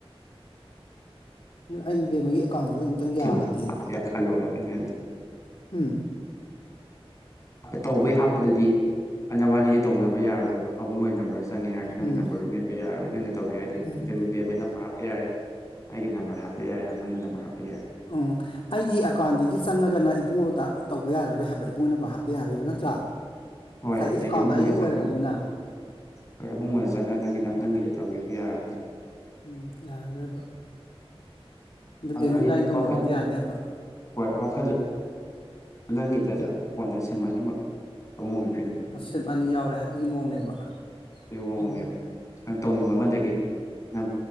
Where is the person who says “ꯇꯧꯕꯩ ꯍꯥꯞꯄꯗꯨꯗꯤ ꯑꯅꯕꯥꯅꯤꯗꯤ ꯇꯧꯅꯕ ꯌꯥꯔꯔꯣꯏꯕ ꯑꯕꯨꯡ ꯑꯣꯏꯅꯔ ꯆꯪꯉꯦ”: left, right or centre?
Left